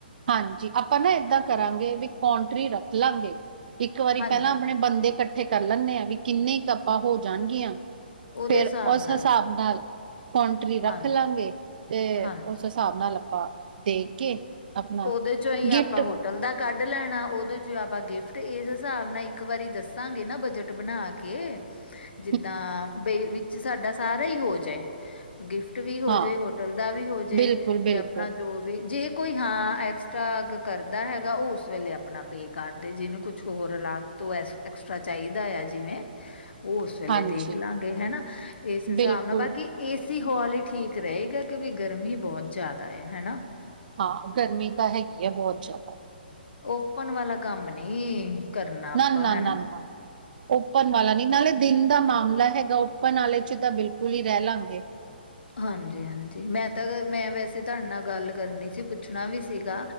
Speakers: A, on the right (about 55°); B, on the left (about 75°).
A: ਹਾਂਜੀ ਆਪਾਂ ਨਾ ਏਦਾਂ ਕਰਾਂਗੇ ਵੀ ਕੌਟਰੀ ਰੱਖ ਲਾਂਗੇ। ਇੱਕ ਵਾਰੀ
B: ਹਾਂਜੀ
A: ਪੈਲਾਂ ਅਪਨੇ ਬੰਦੇ ਕੱਠੇ ਕਰ ਲੈਂਣੇ ਆਂ ਵੀ ਕਿੰਨੇ ਕਿ ਆਪਾਂ ਹੋ ਜਾਣਗੀਆਂ।
B: ਉਹਦੇ
A: ਫੇਰ
B: ਹਿਸਾਬ
A: ਓਸ
B: ਨਾਲ
A: ਹਿਸਾਬ ਨਾਲ ਕੌਟਰੀ ਰੱਖ
B: ਹਾਂ
A: ਲਾਂਗੇ ਤੇ
B: ਹਾਂਜੀ
A: ਓਸ ਹਿਸਾਬ ਨਾਲ ਆਪਾਂ ਦੇਖ ਕੇ ਆਪਣਾ
B: ਓਂਦੇ ਚੋਂ ਈ
A: ਗਿਫਟ
B: ਆਪਾਂ ਹੋ ਹੋਟਲ ਦਾ ਕੱਢ ਲੈਣਾ, ਓਦੇ ਚ ਆਪਾਂ ਗਿਫਟ ਇਸ ਹਿਸਾਬ ਨਾਲ ਇੱਕ ਵਾਰੀ ਦੱਸਾਂਗੇ ਨਾ ਬਜਟ ਬਣਾ ਕੇ
A: <inaudible>
B: ਜਿੱਦਾਂ ਬੇ ਵਿੱਚ ਸਾਡਾ ਸਾਰਾ ਈ ਹੋ ਜਾਏ। ਗਿਫਟ ਵੀ ਹੋਜੇ,
A: ਹਾਂ
B: ਹੋਟਲ ਦਾ ਵੀ ਹੋਜੇ
A: ਬਿਲਕੁਲ
B: ਤੇ
A: ਬਿਲਕੁਲ
B: ਅਪਨਾ ਜੋ ਵੀ ਜੇ ਕੋਈ ਹਾਂ, ਐਕਸਟਰਾ ਕਰਦਾ ਹੈਗਾ ਓ ਉਸ ਵੇਲੇ ਅਪਨਾ ਪੇ ਕਰਦੇ ਜਿਨੂੰ ਕੁਛ ਹੋਰ ਅੱਲਗ ਤੋਂ ਐਸ ਐਕਸਟਰਾ ਚਾਈਦਾ ਆ ਜਿਵੇਂ ਓ ਉਸ ਵੇਲੇ
A: ਹਾਂਜੀ
B: ਦੇਖ ਲਾਂਗੇ ਹੈਨਾ ਇਸ ਹਿਸਾਬ
A: ਬਿਲਕੁਲ
B: ਨਾਲ ਬਾਕੀ ਏਸੀ ਹਾਲ ਈ ਠੀਕ ਰਏਗਾ ਕਿਉਂਕਿ ਗਰਮੀ ਬੋਤ ਜੈਦਾ ਆ ਹੈਨਾ।
A: ਹਾਂ ਗਰਮੀ ਤਾਂ ਹੈਗੀ ਆ ਬੋਤ ਜੈਦਾ
B: ਓਪਨ ਵਾਲਾ ਕੰਮ ਨੀ ਕਰਨਾ ਆਪਾਂ
A: ਨਾ ਨਾ
B: ਹੈਨਾ।
A: ਨਾ ਨਾ ਓਪਨ ਵਾਲਾ ਨੀ ਨਾਲੇ ਦਿਨ ਦਾ ਮਾਮਲਾ ਹੈਗਾ ਓਪਨ ਆਲੇ ਚ ਤਾਂ ਬਿਲਕੁਲ ਈ ਰੈ ਲਾਂਗੇ।
B: ਹਾਂਜੀ-ਹਾਂਜੀ ਮੈਂ ਤਾਂ ਮੈਂ ਵੈਸੇ ਤੁਆਡੇ ਨਾਲ ਗੱਲ ਕਰਨੀ ਸੀ ਪੁੱਛਣਾ ਵੀ ਸੀਗਾ